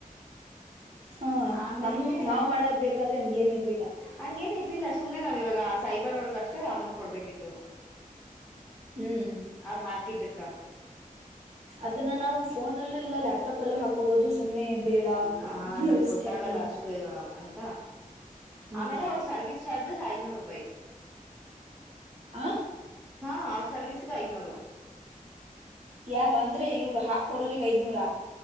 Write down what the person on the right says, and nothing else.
ಹಾ
ನಮ್ ನಾವ್ ಮಾಡ ಬಾದ್ರೆ ಹಂಗೇನ್ಿರ್ಲಿಲ್ಲ
ಹ್ಮ್
ಅದನ್ನ ನಾವು ಫೋನ್ ಅಲ್ಲೂ ಇಲ್ಲ ಲ್ಯಾಪ್ಟಾಪ್ ಅಲ್ಲೂ ಹಾಕೋಬಹುದು ಸುಮ್ನೆ ಬೇಡ
ರಿಸ್ಕ್
ಯಾಕೆ ಅಂತ
ಹ್ಮ್
ಆ
ಯಾರ ಅಂದ್ರೆ ಇವರು ಹಾಕೊಡೋ್ರಗ ಐದ್ನೂರಾ